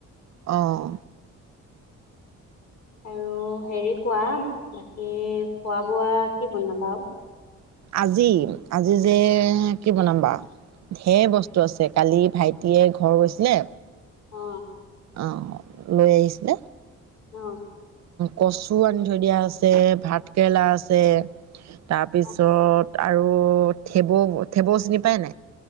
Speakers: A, on the right; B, on the left.
A: অঁ।
B: আৰু হেৰি কোৱা বাকী খোৱা বোৱা। কি বনাবা আৰু
A: আজি আজি যে কি বনাম বা- - ঢেৰ বস্তু আছে কালি ভাইটিয়ে ঘৰ গৈছিলে।
B: অ
A: অ লৈ আহিছিলে।
B: আহ।
A: কচু আনি থৈ দিয়া আছে ভাতকেৰেলা আছে তাৰপিছত।
B: অ'।
A: আৰু থেবৌ থেবৌ চিনি পায় নাই।